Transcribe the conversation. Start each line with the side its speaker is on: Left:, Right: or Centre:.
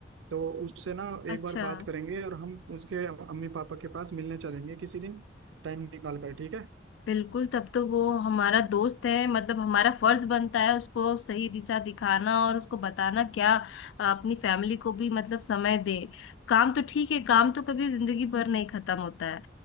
Right: तो उससे ना
Left: अच्छा
Right: एक बार बात करेंगे और हम उसके अम्मी पापा के पास मिलने चलेंगे किसी दिन टाइम निकाल कर ठीक है
Left: बिल्कुल तब तो वो हमारा दोस्त है मतलब हमारा फर्ज बनता है उसको सही दिशा दिखाना और उसको बताना क्या अ, अपनी फैमिली को भी मतलब समय दे काम तो ठीक है काम तो कभी जिंदगी भर नहीं खत्म होता है